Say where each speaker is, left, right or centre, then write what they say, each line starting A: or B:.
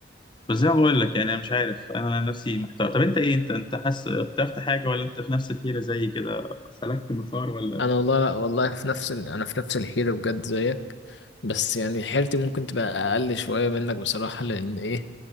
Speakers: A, on the left (about 25°); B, on the left (about 70°).
A: بس زي ما بقول لك يعني انا مش عارف انا نفسي محتار طب انت ايه انت انت حاسس اخترت حاجه ولا انت في نفس الحيره زي كده سلكت مسار ولا
B: انا والله لا والله في نفس ال... انا في نفس الحيره بجد زيك بس يعني حيرتي ممكن تبقى اقل شويه منك بصراحه لان ايه